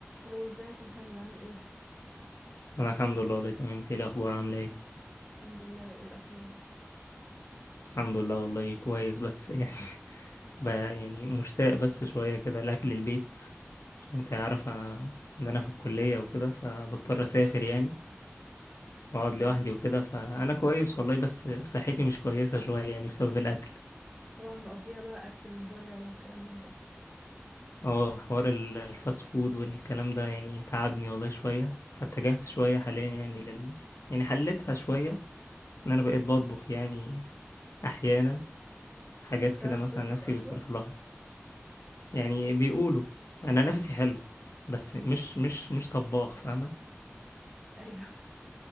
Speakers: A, in the centre; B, on the left.
A: الو ازيك يا محمد عامل ايه
B: انا الحمد لله والله تمام إنت ايه الاخبار عامله ايه
A: الحمد لله ايه الاخبار
B: الحمد لله والله كويس بس يعني <laughs> بقى يعني مشتاق بس شويه كده لاكل البيت عشان انت عارفه ان انا في الكليه وكده فبضطر اسافر يعني واقعد لوحدي
A: مم.
B: وكده فانا كويس والله بس صحتي مش كويسه شويه يعني بسبب الاكل
A: طبعا مقضيها بقى اكل من بره والكلام من ده
B: اه حوار ال- الفاست فود والكلام ده يعني تعبني والله شويه فاتجهت شويه حاليا يعني لل يعني حلتها شويه ان انا بقيت بطبخ يعني احيانا حاجات
A: طب بتعرف
B: كده مثلا
A: تطبخ
B: نفسي
A: اصلا
B: بتروح لها يعني بيقولوا انا نفسي حلو بس مش مش مش طباخ فاهمه
A: ايوه